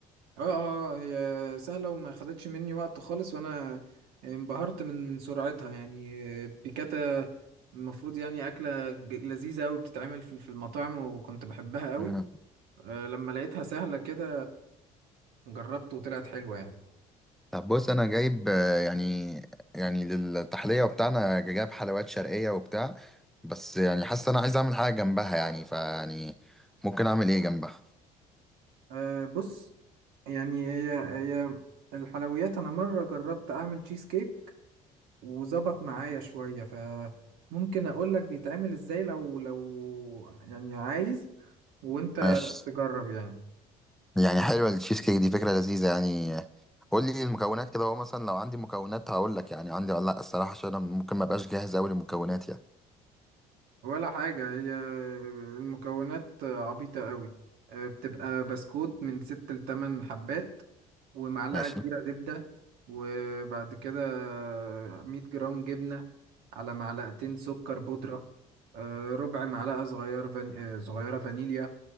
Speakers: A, on the right; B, in the centre.
A: اه اه آه، هي سهله وما خدتش مني وقت خالص وانا انبهرت من من سرعتها يعني آه، بيكاتا المفروض يعني اكله ج- لذيذه قوي بتتعمل في في المطاعم وكنت بحبها قوي
B: برضه
A: لما لقيتها سهله كده جربت وطلعت حلوه يعني
B: طب بص انا جايب آه، يعني يعني للتحليه بتاعنا جايب حلويات شرقيه وبتاع بس يعني حاسس انا عايز اعمل حاجه جنبها يعني فيعني ممكن اعمل ايه جنبها
A: آه، بص يعني هي هي الحلويات انا مره جربت اعمل تشيز كيك وظبط معايا شوية فممكن اقول لك بيتعمل ازاي لو لو يعني عايز وانت
B: ماشي
A: تجرب يعني
B: يعني حلوه التشيز كيك دي فكره لذيذه يعني قول لي المكونات كده هو مثلا لو عندي مكونات هقول لك يعني عندي ولا لا الصراحه عشان انا ممكن ما ابقاش جاهز قوي للمكونات يعني
A: ولا حاجة هي المكونات عبيطة قوي آه، بتبقى بسكوت من ست لتمن حبات ومعلقة
B: ماشي
A: كبيرة زبدة وبعد كده مية جرام جبنة على معلقتين سكر بودرة آه، ربع معلقة صغير فان... آه، صغيرة فانيليا